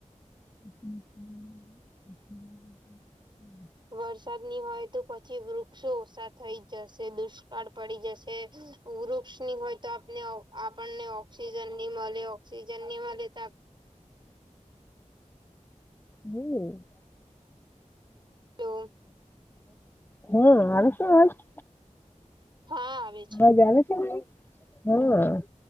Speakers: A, on the left; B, on the right.
A: <inaudible>
B: વરસાદ ની હોય તો પછી વૃક્ષો ઓછા થઈ જશે દુષ્કાળ પડી જશે વૃક્ષની હોય તો આપને આપણને ઓક્સિજન ની મળે ઓક્સિજન ની મળે તો
A: હમ
B: હા
A: હા હમ આશ
B: હા આવે છે
A: અજ આવે છે હા